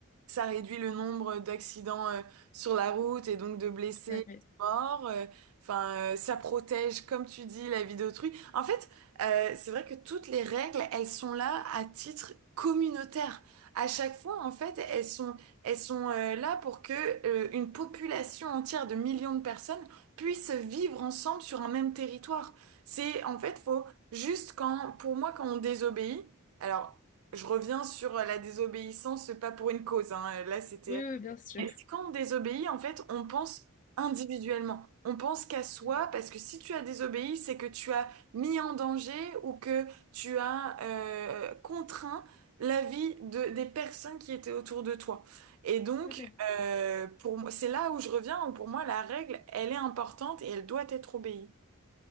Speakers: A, on the right; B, on the left.
A: ça réduit le nombre d'accidents euh, sur la route et donc de blessés,
B: Tout à fait.
A: morts. euh, Enfin, euh, ça protège, comme tu dis, la vie d'autrui. En fait, euh, c'est vrai que toutes les règles, elles sont là à titre communautaire. À chaque fois, en fait, elles sont, elles sont euh, là pour que euh, une population entière de millions de personnes puisse vivre ensemble sur un même territoire. C'est, en fait, faut juste quand, pour moi, quand on désobéit. Alors, je reviens sur la désobéissance, pas pour une cause. hein. Là, c'était.
B: Oui, oui, oui, bien sûr.
A: Et c'est Quand on désobéit, en fait, on pense individuellement. On pense qu'à soi,
B: Tout
A: parce que si tu as désobéi, c'est que tu as mis en danger ou que tu as euh, contraint la vie de, des personnes qui étaient autour de toi. Et donc,
B: à fait.
A: euh, pour moi, c'est là où je reviens, où pour moi, la règle, elle est importante et elle doit être obéie.